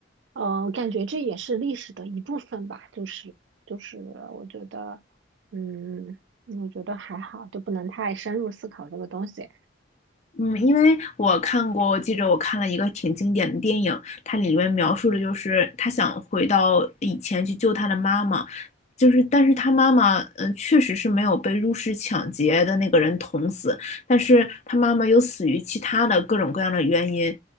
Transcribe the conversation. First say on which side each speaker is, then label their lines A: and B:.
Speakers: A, on the right (about 85°); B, on the left (about 40°).
A: 呃，感觉这也是历史的一部分吧，就是就是，我觉得，嗯，我觉得还好，就不能太深入思考这个东西。
B: 嗯，因为我看过，我记着我看了一个挺经典的电影，它里面描述的就是他想回到以前去救他的妈妈，就是但是他妈妈，嗯，确实是没有被入室抢劫的那个人捅死，但是他妈妈又死于其他的各种各样的原因，